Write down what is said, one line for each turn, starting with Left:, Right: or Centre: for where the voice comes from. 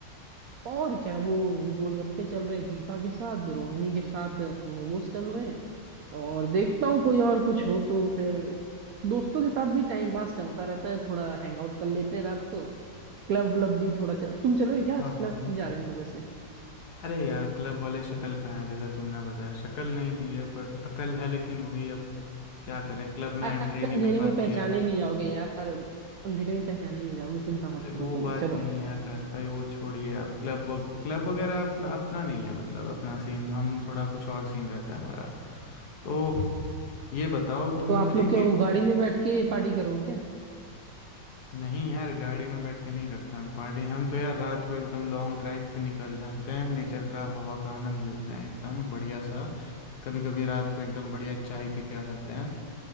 Right: और क्या वो गोलगप्पे चल रहे दीपा के साथ रोहिणी के साथ मोमोज चल रहे हैं और देखता हूँ कोई और कुछ हो तो फिर दोस्तों के साथ भी टाइम पास चलता रहता है थोड़ा हैंग आउट कर लेते हैं रात को क्लब व्लब भी थोड़ा चल... तुम चलोगे
Left: हाँ
Right: क्या आज क्लब
Left: हाँ हाँ
Right: जा रहे हैं हम लोग वैसे
Left: अरे यार क्लब वाले शक्ल कहाँ है जैसा तुमने बताया शक्ल नहीं दी है पर अकल है लेकिन वही अब क्या करें क्लब
Right: अरे
Left: में एंट्री नहीं
Right: अंधेरे
Left: मिल
Right: में
Left: पाती
Right: पहचाने
Left: है
Right: नहीं जाओगे यार अंधेरे में पहचाने नहीं जाओगे चिंता मत
Left: अरे वो
Right: करो तुम
Left: बात
Right: चलो
Left: नहीं है आकाश भाई वो छोड़िए आप क्लब वग, क्लब वगैरह अपना अपना नहीं है मतलब अपना सीन हम थोड़ा कुछ और सीन रहता है हमारा तो ये बताओ तुम
Right: तो आप
Left: एक
Right: लोग क्या
Left: एक
Right: वो गाड़ी में बैठ के पार्टी करोगे क्या
Left: नहीं यार गाड़ी में बैठ के नहीं करते हम पार्टी हम तो यार रात को एकदम लॉन्ग ड्राइव पे निकल जाते हैं नेचर का हवा का आनंद लेते हैं एकदम बढ़िया सा कभी कभी रात को एकदम बढ़िया चाय पी के आ जाते हैं